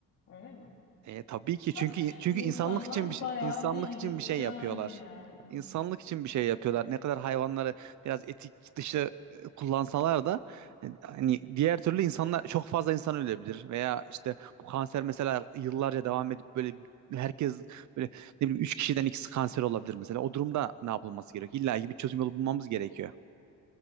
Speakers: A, on the left; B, on the right.
A: Öyle mi?
B: E, tabii ki çünkü
A: <laughs>
B: çünkü
A: İnsanlar
B: insanlık için bir şey,
A: bayağı
B: insanlık
A: bildik
B: için bir şey
A: cani
B: yapıyorlar.
A: yani.
B: İnsanlık için bir şey yapıyorlar. Ne kadar hayvanları biraz etik dışı e, kullansalar da e, hani diğer türlü insanlar çok fazla insan ölebilir veya işte bu kanser mesela yıllarca devam edip böyle herkes böyle ne bileyim 3 kişiden ikisi kanser olabilir mesela. O durumda ne yapılması gerekiyor? İlla ki bir çözüm yolu bulmamız gerekiyor.